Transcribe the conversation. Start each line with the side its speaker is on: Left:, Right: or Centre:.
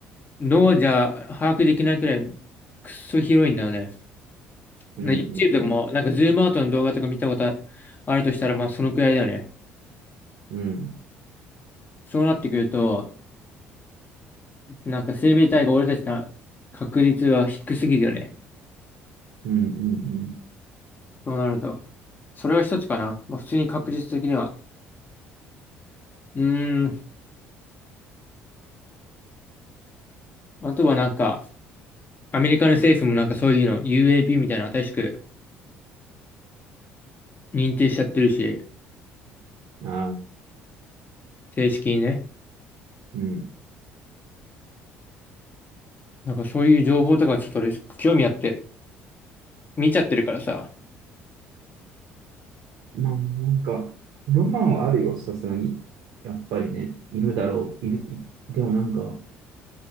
Left: う、脳じゃ把握できないくらい、くっそ広いんだよね。
Right: うん、
Left: な YouTube とかも、なんかズームアウトの動画とか見たことあるとしたら、まあそのくらいだよね。
Right: うん、うん、
Left: そうなってくると、なんか生命体が俺たちの確率は低すぎるよね。
Right: うん、うん、うん
Left: そうなると。それは一つかな。もう普通に確率的には。うーん。あとはなんか、アメリカの政府もなんかそういうの、UAP みたいなの新しく認定しちゃってるし、
Right: ああ
Left: 正式にね。
Right: うん。
Left: なんかそういう情報とかちょっと俺興味あって見ちゃってるからさ。
Right: まあ、なんか、ロマンはあるよ、さすがに。やっぱりね、いるだろう、いる、いでもなんか、